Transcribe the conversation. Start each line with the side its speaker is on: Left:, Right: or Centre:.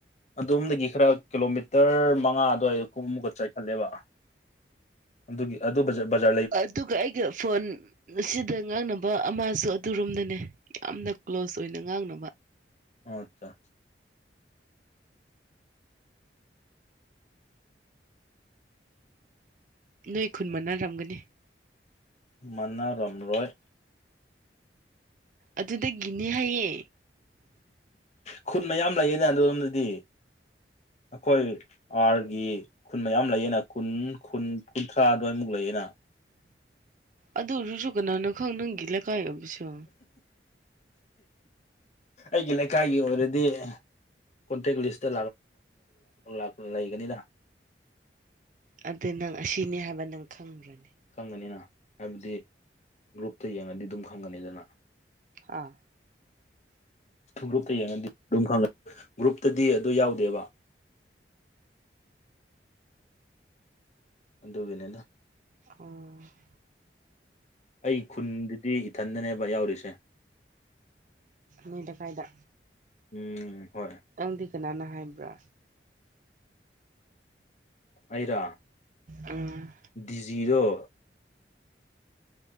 Left: ꯑꯗꯣꯝꯗꯒꯤ ꯈꯔ ꯀꯤꯂꯣꯃꯤꯇꯔ ꯃꯉꯥ ꯑꯗꯨꯋꯥꯏꯗ ꯀꯨꯝꯃꯨꯛꯀ ꯆꯥꯏꯈꯠꯂꯦꯕ ꯑꯗꯨꯒꯤ <unintelligible>
Right: ꯑꯗꯨꯒ ꯑꯩꯒ ꯐꯣꯟ ꯑꯁꯤꯗ ꯉꯥꯡꯅꯕ ꯑꯃꯁꯨ ꯑꯗꯨꯔꯣꯝꯗꯅꯦ ꯌꯥꯝꯅ ꯀ꯭ꯂꯣꯁ ꯑꯣꯏꯅ ꯉꯥꯡꯅꯕ
Left: ꯑꯣ ꯑꯠꯆꯥ
Right: ꯅꯣꯏ ꯈꯨꯟ ꯃꯥꯟꯅꯔꯝꯒꯅꯤ
Left: ꯃꯅꯥ ꯔꯝꯔꯣꯏ
Right: ꯑꯗꯨꯗꯒꯤꯅꯦ ꯍꯥꯏꯌꯦ
Left: ꯈꯨꯟ ꯃꯌꯥꯝ ꯂꯩꯌꯦꯅꯦ ꯑꯗꯨꯔꯣꯝꯗꯗꯤ ꯑꯩꯈꯣꯏ ꯑꯥꯔꯒꯤ ꯈꯨꯟ ꯃꯌꯥꯝ ꯂꯩꯌꯦꯅ ꯈꯨꯟ ꯈꯨꯟ ꯀꯨꯟꯊ꯭ꯔꯥ ꯑꯗꯨꯋꯥꯏꯃꯨꯛ ꯂꯩꯌꯦꯅ
Right: ꯑꯗꯨ ꯑꯣꯏꯔꯁꯨ ꯀꯅꯥꯅꯣ ꯈꯪ ꯅꯪꯒꯤ ꯂꯩꯀꯥꯏꯁꯨ
Left: ꯑꯩꯒꯤ ꯂꯩꯀꯥꯏꯒꯤ ꯑꯣꯏꯔꯗꯤ ꯀꯣꯟꯇꯦꯛ ꯂꯤꯁꯇ ꯂ ꯂꯩꯒꯅꯤꯅ
Right: ꯑꯗꯨ ꯅꯪ ꯑꯁꯤꯅꯤ ꯍꯥꯏꯕ ꯅꯪ ꯈꯪꯕ꯭ꯔ
Left: ꯈꯪꯒꯅꯤꯅ ꯍꯥꯏꯕꯗꯤ ꯒ꯭ꯔꯨꯞꯇ ꯌꯦꯡꯉꯗꯤ ꯑꯗꯨꯝ ꯈꯪꯒꯅꯤꯗꯅ
Right: ꯑꯥ
Left: ꯒ꯭ꯔꯨꯞꯇ ꯌꯦꯡꯉꯗꯤ ꯑꯗꯨꯝ ꯈꯪꯉ ꯒ꯭ꯔꯨꯞꯇꯗꯤ ꯑꯗꯨ ꯌꯥꯎꯗꯦꯕ ꯑꯗꯨꯒꯤꯅꯤꯅ
Right: ꯑꯥ
Left: ꯑꯩ ꯈꯨꯟꯗꯨꯗꯤ ꯏꯊꯟꯗꯅꯦꯕ ꯌꯥꯎꯔꯤꯁꯦ
Right: ꯅꯣꯏꯗ ꯀꯥꯏꯗ
Left: ꯎꯝ ꯍꯣꯏ
Right: ꯅꯪꯗꯤ ꯀꯅꯥꯅ ꯍꯥꯏꯕ꯭ꯔꯥ
Left: ꯑꯩꯔꯣ
Right: ꯎꯝ
Left: ꯗꯤꯖꯤꯗꯣ